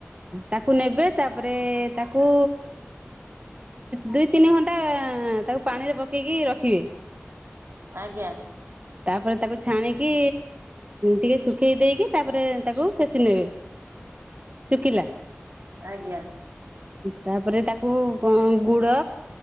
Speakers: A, on the right (about 30°); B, on the right (about 60°).
A: ତାକୁ ନେବେ ତାପରେ ତାକୁ ଦୁଇ ତିନି ଘଣ୍ଟା ତାକୁ ପାଣିରେ ପକେଇକି ରଖିବେ।
B: ଆଜ୍ଞା।
A: ତାପରେ ତାକୁ ଛାଣିକି ଟିକେ ଶୁଖେଇ ଦେଇକି ତାପରେ ତାକୁ ଫେସି ନେବେ
B: ହ <unintelligible>
A: ଶୁଖୀଲା।
B: ଆଜ୍ଞା।
A: ତାପରେ ତାକୁ ଗୁଡ